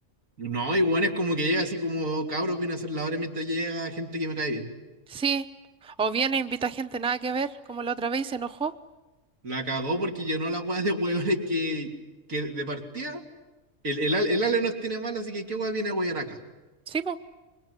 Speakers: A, on the right; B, in the centre.
A: No, igual es como que llega así como, cabros, viene a hacer la hora mientras llega gente que me cae bien.
B: Sí. O viene, invita gente nada que ver, como la otra vez y se enojó.
A: La cagó porque llenó la weá de hueones que, que de partida. El, el, Ale- el Ale nos tiene mal, así que qué weá viene a huear acá.
B: Sí, pues.